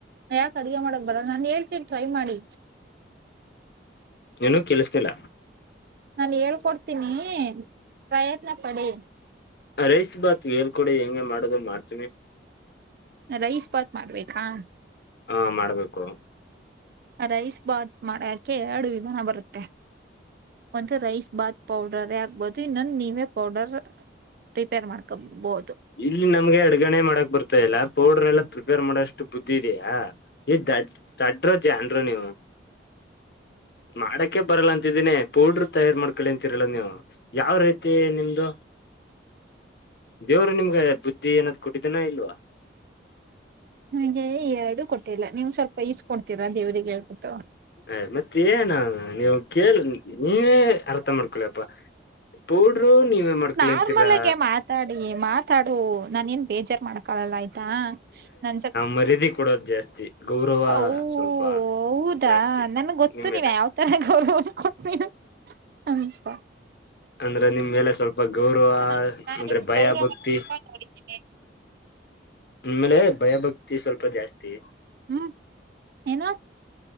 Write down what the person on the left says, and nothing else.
ಏನು ಕೇಳಿಸ್ತಿಲ್ಲ.
ರೈಸ್ ಬಾತ್ ಹೇಳ್ಕಡಿ ಹೆಂಗೆ ಮಾಡೋದು ಮಾಡ್ತೀನಿ.
ಹಾ ಮಾಡ್ಬೇಕು.
ಇಲ್ಲಿ ನಮ್ಗೆ ಅಡ್ಗಣೆ ಮಾಡಕ್ ಬರ್ತಾ ಇಲ್ಲ ಪೌಡರ್ ಎಲ್ಲಾ ಪ್ರಿಪೇರ್ ಮಾಡಷ್ಟು ಬುದ್ಧಿ ಇದಯಾ. ಏ ದಡ್ಡರ್ ಜಾನ್ರ ನೀವು. ಮಾಡಕೆ ಬರಲ್ಲ ಅಂತಿದ್ದೀನಿ ಪೌಡ್ರ ತಯಾರಾರ್ ಮಾಡ್ಕೊಳ್ಳಿ ಅಂತಿರಲ್ಲ ನೀವು. ಯಾವ ರೀತಿ ನಿಮ್ದು. ದೇವರು ನಿಮ್ಗೆ ಬುದ್ಧಿ ಏನಾದ್ ಕೊಟ್ಟಿದ್ದನ ಇಲ್ವಾ.
ಅ ಮತ್ತ ಏನ ನೀವು ಕೇಳ ನೀವೇ ಅರ್ಥ ಮಾಡ್ಕೊಳಪ್ಪ. ಪೌಡ್ರು ನೀವೇ ಮಾಡ್ಕಲಿ
ಅಂತೀರಾ.
ಮರ್ಯಾದಿ ಕೊಡೋದು ಜಾಸ್ತಿ ಗೌರವ
ಸ್ವಲ್ಪ ಜಾಸ್ತಿ
ನಿಮ್ಮೇಲೆ.
ಅಂದ್ರ ನಿಮ್ ಮೇಲೆ ಸ್ವಲ್ಪ ಗೌರವ
ಅಂದ್ರ
ಭಯ
ಭಕ್ತಿ.
ನಿಮ್ಮೇಲೆ ಭಯಭಕ್ತಿ ಸ್ವಲ್ಪ ಜಾಸ್ತಿ.